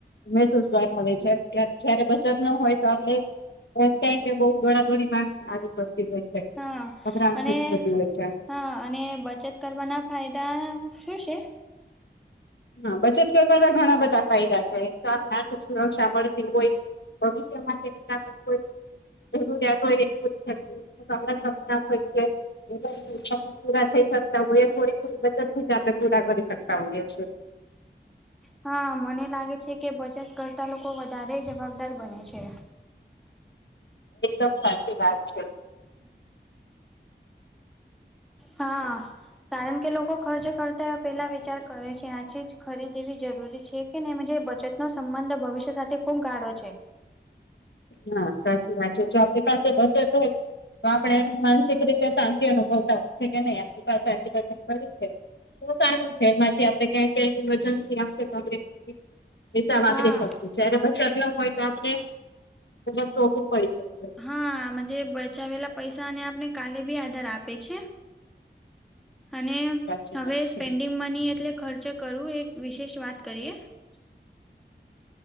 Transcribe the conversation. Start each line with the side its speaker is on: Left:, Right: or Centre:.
Left: મહેસૂસ <unintelligible> કરવાનું હોય છે કે જયારે બચત ન હોય તો આપણે, એ ટાઈમને બઉુ દોડા દોડી માર્ આવી પડતી હોય છે.
Centre: હા,
Left: ગભરાટ
Centre: અને
Left: થઈ જતી હોય છે
Centre: હા અને બચત કરવાના ફાયદા શું છે?
Left: હા બચત કરવાના ઘણા બધા ફાયદા છે તો આપને આર્થિક સુરક્ષા મળતી હોય. ભવિષ્ય માટે ક કોઈ જરૂરિયાત હોય એ પૂરી ખર્ચ હો આપણા સપના હોય છે. થી પૂરા થઈ શકતા હોયએ થોડી થોડી મદદ થી આપણે પૂરા કરી શકતા હોઈએ.
Centre: હા મને લાગે છે કે બચત કરતાં લોકો વધારે જવાબદાર બને છે.
Left: એકદમ સાચી વાત છે.
Centre: હા. કારણ કે લોકો ખર્ચ કરતા એ પેલા વિચાર કરે છે આ ચીજ ખરીદવી જરૂરી છે કે ને એમાં જે બચત નો સંબંધ ભવિષ્ય સાથે ખૂબ ગાળો છે.
Left: હા સાચી વાત છે જો આપણી પાસે બચત હોય. તો આપડે માનસિક રીતે શાંતિ અનુભવતા હોય છે કે નહી આની પાસે આટલી બચત પડી છે. તો સારું છેમાંથી આપે ક્યા ઇમરજન્સી આવશેમાં. પૈસા વાપરી
Centre: હા
Left: શકતું છે અ બચત ન હોય, તો આપણે વસ્તુઓ પડી રહે.
Centre: હા આમાં જે બચાવેલા પૈસા અને આપને કાલે પણ આધાર આપે છે, અને
Left: સાચી
Centre: હવે
Left: વાત છે.
Centre: સ્પેન્ડિંગ મની એટલે ખર્ચ કરવું એક વિશેષ વાત કરીએ.